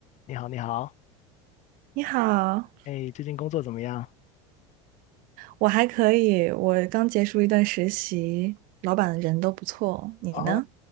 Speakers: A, on the left; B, on the right.
A: 你好，你好，
B: 你好，
A: 哎，最近工作怎么样？
B: 我还可以，我刚结束一段实习，老板人都不错。你呢？
A: 啊，